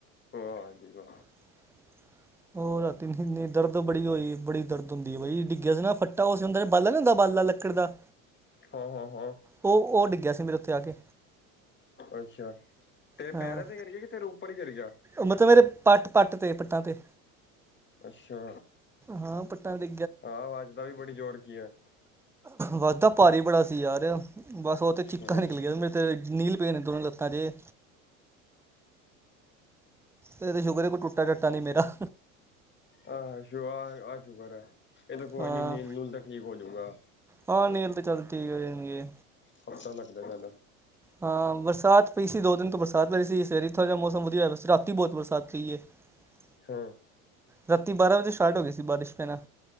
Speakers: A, on the left; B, in the centre.
A: ਵਾਜੀ- ਵਾ
B: <unintelligible> ਉਹ ਰਾਤੀ ਕਹਿਦੀ, ਦਰਦ ਬੜੀ ਹੋਈ ਏ, ਦਰਦ ਹੁੰਦੀ ਬਾਈ ਡਿੱਗੇ ਸੀ ਨਾ, ਪੱਟਾ ਉਸ ਜਿਦਾ ਬਾਲਾ ਨਈ ਹੁੰਦਾ, ਬਾਲਾ ਲੱਕੜ ਦਾ
A: ਹਾਂ-ਹਾਂ-ਹਾਂ
B: ਉਹ-ਉਹ ਡਿੱਗਿਆ ਸੀ। ਮੇਰੇ ਉੱਤੇ ਆ ਕੇ
A: ਅੱਛਾ, ਤੇਰੇ
B: ਹਾਂ।
A: ਪੈਰਾਂ ਤੇ, ਗਿਰ ਗਏ ਕਿ, ਤੇਰੇ ਉੱਪਰ ਹੀ ਗਿਰ ਗਿਆ
B: ਮਤਲਬ, ਮੇਰੇ ਪੱਟ-ਪੱਟ ਤੇ ਪੱਟਾਂ ਤੇ
A: ਅੱਛਾ,
B: ਹਾਂ ਪੱਟਾਂ ਤੇ
A: ਹਾਂ ਵਾਜਦਾ ਵੀ ਬੜੀ ਜੋਰ ਕੀ ਆ
B: ਵਾਜਾ ਭਾਰੀ ਬੜਾ ਸੀ ਯਾਰ, ਬਸ ਉਹ ਤੇ ਚੀਕਾ
A: ਹਾਂ
B: ਨਿਕਲ ਗਈਆਂ, ਮੇਰੇ ਤੇ ਨੀਲ ਪੇਣ, ਦੋਵੇੋਂ ਲੱਤਾਂ ਚ ਜੇ ਏ ਤੇ ਸ਼ੁਕਰ ਏ, ਕੋਈ ਟੁੱਟਾ-ਟੱਟਾ ਨਈ ਮੇਰਾ
A: ਆਹ -ਆਹ ਸ਼ੂਕਰ ਹੈ, ਇਹ ਤਾਂ ਕੋਈ
B: ਹਾਂ
A: ਨੀ ਨੀਲ- ਨੂਲ ਤਾਂ ਠੀਕ ਹੋਜੂਗਾ
B: ਹਾਂ ਨੀਲ ਤਾਂ, ਚੱਲ ਠੀਕ ਹੋ ਜਾਣਗੇ
A: ਪਤਾ ਲੱਗਦਾ ਜਾਂਦਾ
B: ਹਾਂ ਬਰਸਾਤ ਪਈ ਦੋ ਦਿਨ ਤੋਂ, ਬਰਸਾਤ ਪਈ ਸੀ ਸਵੇਰੇ, ਥੋੜਾ ਜਿਹਾ ਮੌਸਮ ਵਧੀਆ, ਹੋਂਇਆ ਸੀ। ਰਾਤੀ ਬਹੁਤ ਬਰਸਾਤੀਂ ਏ <unintelligible>
A: ਹਮ
B: ਰਾਤੀ ਬਾਰਾਂ ਵਜੇ, ਸਟਾਰਟ ਹੋ ਗਈ ਸੀ ਬਾਰਿਸ਼ ਪੈਣਾ